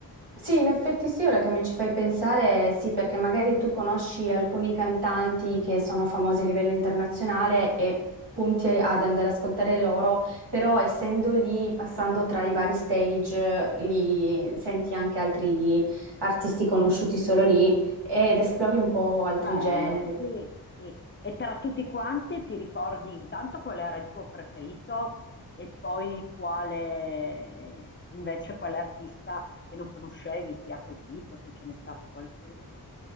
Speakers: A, on the right; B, on the left.
A: Sì, in effetti sì, ora che mi ci fai pensare, sì, perché magari tu conosci alcuni cantanti che sono famosi a livello internazionale e punti ad andare ad ascoltare loro, però essendo lì, passando tra i vari stage, li senti anche altri artisti conosciuti solo lì ed esplori un po' altri
B: Bello,
A: generi.
B: sì, sì. E tra tutti quanti ti ricordi intanto qual era il tuo preferito e poi quale invece quale artista che non conoscevi ti ha colpito, se ce n'è stato qualcuno?